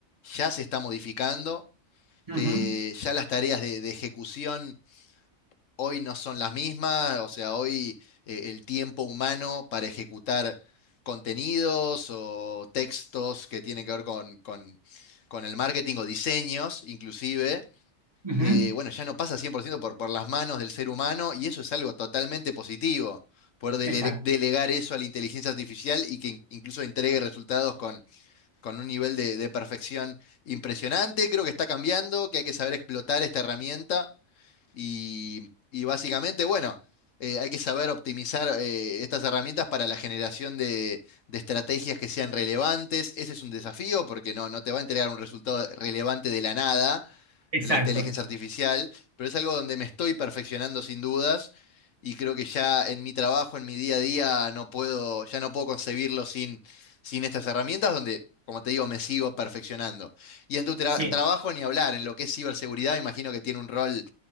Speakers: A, on the left; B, on the right.
A: ya se está modificando,
B: Ujú,
A: eh, ya las tareas de de ejecución hoy no son las mismas, o sea, hoy eh, el tiempo humano para ejecutar contenidos o textos que tienen que ver con, con- con el marketing o diseños, inclusive,
B: ujú.
A: eh, bueno, ya no pasa 100% por, ciento por por las manos del ser humano y eso es algo totalmente positivo, poder
B: Exacto,
A: dele- delegar eso a la inteligencia artificial y que in- incluso entregue resultados con, con un nivel de de perfección impresionante. Creo que está cambiando, que hay que saber explotar esta herramienta. Y, y básicamente, bueno, eh, hay que saber optimizar eh, estas herramientas para la generación de, de estrategias que sean relevantes. Ese es un desafío porque no, no te va a entregar un resultado relevante de la nada,
B: exacto.
A: la inteligencia artificial, pero es algo donde me estoy perfeccionando sin dudas y creo que ya en mi trabajo, en mi día a día, no puedo, ya no puedo concebirlo sin, sin estas herramientas donde, como te digo, me sigo perfeccionando. Y en tu tra-
B: Sí.
A: trabajo ni hablar, en lo que es ciberseguridad, me imagino que tiene un rol